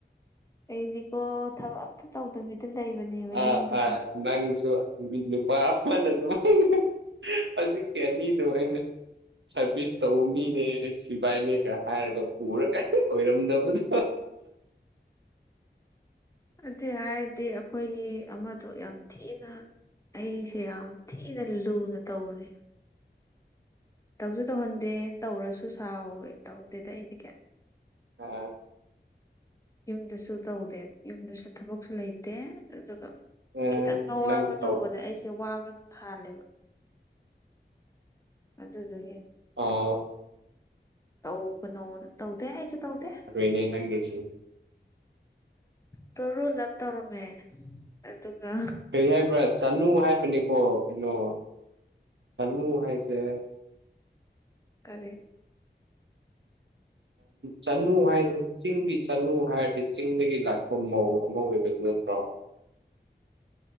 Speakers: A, on the left; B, on the right.
A: ꯑꯩꯗꯤꯀꯣ ꯊꯕꯛ ꯑꯝꯇ ꯇꯧꯗꯕꯤꯗ ꯂꯩꯕꯅꯦꯕ
B: ꯑ
A: ꯌꯨꯝꯗꯀꯣ
B: ꯑ ꯅꯁꯨ ꯃꯤ ꯅꯨꯄꯥ ꯅ ꯑꯗꯨꯉꯥꯏꯅ ꯍꯧꯖꯤꯛꯀꯤ ꯑꯅꯤꯗꯨ ꯑꯩꯅꯥ ꯁꯔꯕꯤꯁ ꯇꯧꯅꯤꯅꯦ꯫ ꯁꯤꯕꯥꯏꯅꯦ ꯈꯔ ꯍꯥꯏꯔꯒ ꯄꯨꯔꯒꯥꯏ ꯑꯣꯏꯔꯝꯗꯕꯗꯣ
A: ꯑꯗꯨꯏ ꯍꯥꯏꯔꯗꯤ ꯑꯩꯈꯣꯏꯒꯤ ꯑꯃꯗꯣ ꯌꯥꯝ ꯊꯤꯅ ꯑꯩꯁꯦ ꯌꯥꯝ ꯊꯤꯅ ꯂꯨꯅ ꯇꯧꯕꯁꯦ꯫ ꯇꯧꯁꯨ ꯇꯧꯍꯟꯗꯦ ꯇꯧꯔꯁꯨ ꯁꯥꯎꯋꯦ ꯇꯧꯗꯦꯗ ꯑꯩꯗꯤ ꯀꯌꯥ
B: ꯑꯥ
A: ꯌꯨꯝꯗꯁꯨ ꯇꯧꯗꯦ ꯌꯨꯝꯗꯁꯨ ꯊꯕꯛꯁꯨ ꯂꯩꯇꯦ ꯑꯗꯨꯒ
B: ꯎꯝ
A: ꯈꯤꯇꯪ ꯑꯋꯥꯕ
B: ꯅꯪꯁꯨ
A: ꯇꯧꯕꯗ
B: ꯇꯧ
A: ꯑꯩꯁꯦ ꯋꯥꯕ ꯍꯥꯥꯜꯂꯦꯕ꯫ ꯑꯗꯨꯗꯨꯒꯤ꯫
B: ꯑꯣ
A: ꯇꯧꯕꯅꯣ ꯇꯧꯗꯦ ꯑꯩꯁꯨ ꯇꯧꯗꯦ꯫
B: ꯅꯦ ꯅꯪꯒꯦꯁꯨ꯫
A: ꯇꯨꯔꯨꯂꯞ ꯇꯧꯔꯝꯃꯦ ꯑꯗꯨꯒ
B: ꯀꯔꯤ ꯍꯥꯏꯕ꯭ꯔꯥ ꯆꯅꯨ ꯍꯥꯏꯕꯅꯤꯀꯣ ꯀꯩꯅꯣ ꯆꯅꯨ ꯍꯥꯏꯁꯦ꯫
A: ꯀꯔꯤ
B: ꯆꯅꯨ ꯍꯥꯏꯁꯤ ꯆꯤꯡꯒꯤ ꯆꯅꯨ ꯍꯥꯏꯔꯗꯤ ꯆꯤꯡꯗꯒꯤ ꯂꯥꯛꯄ ꯃꯧ ꯑꯃ ꯑꯣꯏꯕꯗꯨ ꯅꯠꯇ꯭ꯔꯣ
A: <inaudible>